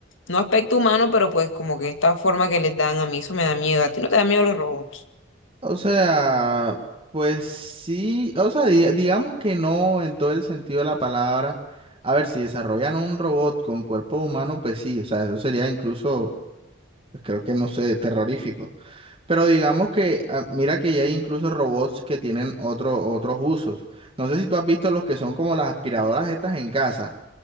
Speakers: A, on the left; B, on the right.
A: no aspecto humano, pero pues como que esta forma que les dan, a mí eso me da miedo. ¿A ti no te da miedo los robots?
B: O sea, pues sí, o sea, di- digamos que no en todo el sentido de la palabra. A ver, si desarrollan un robot con cuerpo humano, pues sí, o sea, eso sería incluso, pues, creo que no sé, terrorífico. Pero digamos que, ah, mira que ya hay incluso robots que tienen otro, otros usos. No sé si tú has visto los que son como las aspiradoras estas en casa,